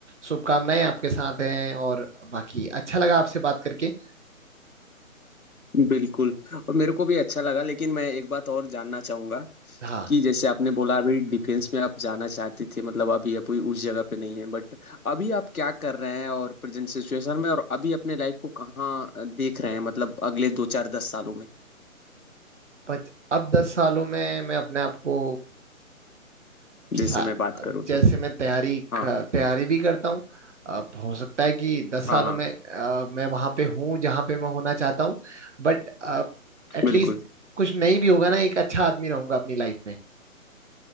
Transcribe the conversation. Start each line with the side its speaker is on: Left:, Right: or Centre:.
Right: शुभकामनाएं आपके साथ हैं और बाकी अच्छा लगा आपसे बात करके
Left: बिल्कुल और मेरे को भी अच्छा लगा लेकिन मैं एक बात और जानना चाहूंगा
Right: हाँ
Left: कि जैसे आपने बोला अभी डिफेंस में आप जाना चाहते थे मतलब अभी अभी उस जगह पे नहीं है बट अभी आप क्या कर रहे हैं और प्रेजेंट सिचुएशन में और अभी अपने लाइफ को कहाँ देख रहे हैं मतलब अगले दो चार दस सालों में
Right: पच, अब दस सालों में मैं अपने आप को
Left: जैसे
Right: सा-
Left: मैं बात करूँ
Right: जैसे
Left: तो
Right: मैं तैयारी
Left: हाँ
Right: क- तैयारी भी करता हूँ अब हो सकता है कि दस
Left: हाँ
Right: सालों
Left: हाँ
Right: में अ, मैं वहां पे हूँ जहाँ पे मैं होना चाहता हूँ बट एटलीस्ट
Left: बिल्कुल
Right: कुछ नहीं भी होगा ना एक अच्छा आदमी रहूंगा अपनी लाइफ में